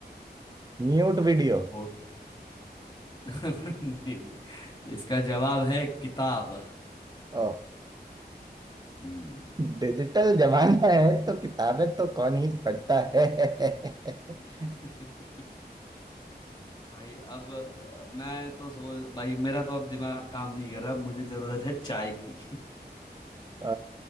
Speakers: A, on the right (about 25°); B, on the left (about 25°).
A: Mute video
B: फोटो <laughs> नहीं नहीं तो इसका जवाब है किताब
A: ओ
B: हम्म
A: डिजिटल जमाना है तो किताबें तो कौन ही पढ़ता है <laughs>
B: <laughs> भाई अब अ, मैं तो सोच भाई मेरा तो अब दिमाग काम नहीं कर रहा मुझे जरूरत है चाय की <laughs>
A: अ,